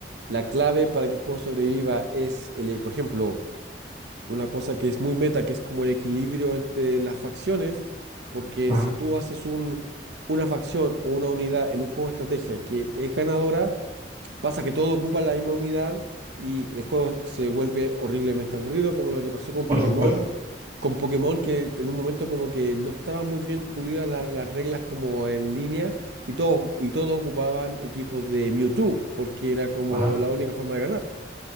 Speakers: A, on the right (about 75°); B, on the right (about 40°).
A: la clave para que el juego sobreviva es, el, por ejemplo, una cosa que es muy meta, que es como el equilibrio entre las facciones, porque
B: ajá,
A: si tú haces un, una facción o una unidad en un juego de estrategia que es ganadora, pasa que todo ocupa la misma unidad y el juego se vuelve horriblemente aburrido, como lo que pasó con
B: por
A: Pokémon.
B: supuesto.
A: Con Pokémon que en un momento como que no estaban muy bien pulidas la- las reglas como en línea y todo, y todo ocupaban equipos de Mewtwo porque era como
B: ajá
A: la única forma de ganar.